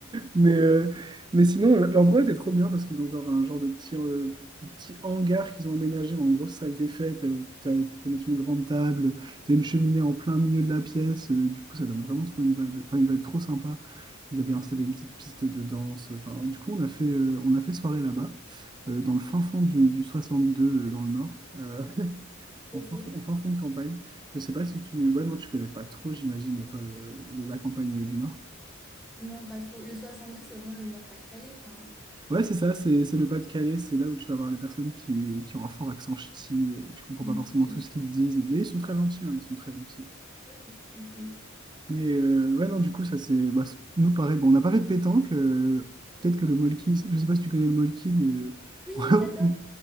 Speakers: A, on the right; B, in the centre.
A: Mais, euh, mais sinon, l'endroit était trop bien parce qu'ils ont genre un genre de petit, euh, de petit hangar qu'ils ont aménagé en grosse salle des fêtes. euh, t'as- Tu peux mettre une grande table, tu as une cheminée en plein milieu de la pièce. euh, du coup, ça donne vraiment trop une vibe, enfin, une vibe trop sympa. Ils avaient installé une petite piste de danse. Enfin, du coup, on a fait, euh, on a fait soirée là-bas, euh, dans le fin fond du, du 62, euh, dans le nord, euh, <laughs>
B: Ok.
A: en fin fond, en fin fond de campagne. Je sais pas si tu... Ouais, non, tu connais pas trop, j'imagine, toi, le-
B: Non,
A: le- la campagne euh, du nord.
B: non, pas trop. Le 62, c'est vraiment le Nord-Pas-de-Calais, enfin.
A: Ouais, c'est ça, c'est c'est le Pas-de-Calais, c'est là où tu vas voir les personnes qui, qui ont un fort accent ch'ti et tu comprends
B: Ok,
A: pas forcément tout ce qu'ils te disent, mais ils sont très gentils, hein, ils sont très gentils.
B: ok, ok. ok.
A: Et euh, ouais, non, du coup, ça c'est. bah, c'est- nous, pareil, bon, on n'a pas fait de pétanque, euh, peut-être que le molki, je sais pas si tu connais le molki, mais euh,
B: Oui,
A: <laughs>
B: j'adore.
A: on,